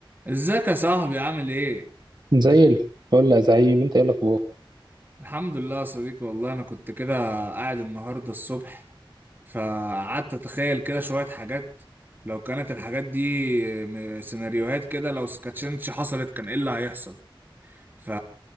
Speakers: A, on the right; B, on the right.
A: ازيك يا صاحبي عامل ايه؟
B: زي الفل يا زعيم انت ايه الاخبار
A: الحمد لله يا صديقي والله انا كنت كده قاعد النهارده الصبح فقعدت اتخيل كده شوية حاجات لو كانت الحاجات دي م- سيناريوهات كده لو سكاتشنش حصلت كان ايه اللي هيحصل؟ ف...